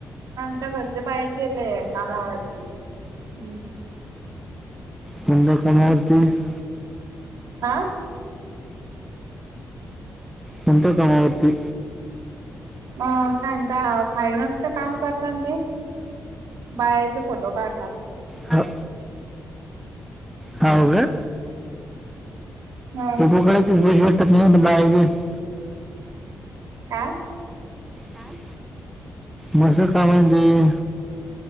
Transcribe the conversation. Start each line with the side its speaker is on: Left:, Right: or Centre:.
Right: आमच्या घरच्या बाहेर गेलेय कामावर हम्म <inaudible>
Centre: कोणत्या कमवती <unintelligible>
Right: आं
Centre: कोणत्या कामावरती?
Right: अ काय म्हणता फायनस काम करतात ते बायाचे फोटो काढता
Centre: हा. हाव गा
Right: ह
Centre: फोटो काढायचेच पैसे भेटतात <unintelligible>
Right: काय?
Centre: आं. म असं का म्हणजे